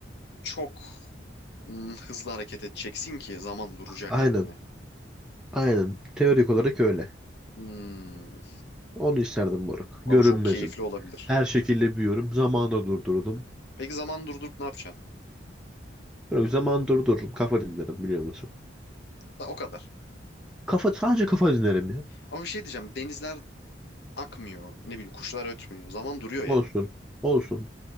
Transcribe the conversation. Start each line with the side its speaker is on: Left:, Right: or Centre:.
Left: çok hmm, hızlı hareket edeceksin ki zaman duracak
Centre: Aynen.
Left: yani.
Centre: Aynen. Teorik olarak öyle.
Left: Hmm.
Centre: Onu isterdim moruk. Görünmezim.
Left: Ama bu çok keyifli olabilir.
Centre: Her şekilde büyüyorum. Zamanı durdurdum.
Left: Peki zaman durdurup ne yapacaksın?
Centre: Yok, zaman durdururum. Kafa dinlerim biliyor musun?
Left: Ha, o kadar.
Centre: Kafa, sadece kafa dinlerim ya.
Left: Ama bir şey diyeceğim. Denizler akmıyor. Ne bileyim kuşlar ötmüyor. Zaman duruyor
Centre: Olsun.
Left: yani.
Centre: Olsun.